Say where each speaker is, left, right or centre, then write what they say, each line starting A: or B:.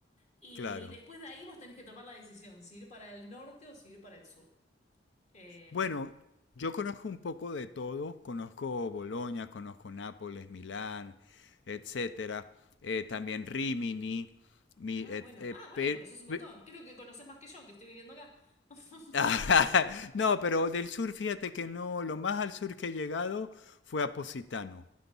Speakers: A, on the left (about 40°); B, on the left (about 75°).
A: Y
B: claro.
A: después de ahí vos tenés que tomar la decisión, si ir para el norte o si ir para el sur. Eh,
B: Bueno, yo conozco un poco de todo. Conozco Bolonia, conozco Nápoles, Milán, etcétera. Eh, también Rimini. Mi,
A: Ah,
B: et-
A: bueno.
B: eh,
A: Ah, bueno,
B: pe-
A: conoces un
B: pe-
A: montón. Creo que conoces más que yo, que estoy viviendo acá. <laughs>
B: <laughs> no, pero del sur, fíjate que no, lo más al sur que he llegado fue a Positano,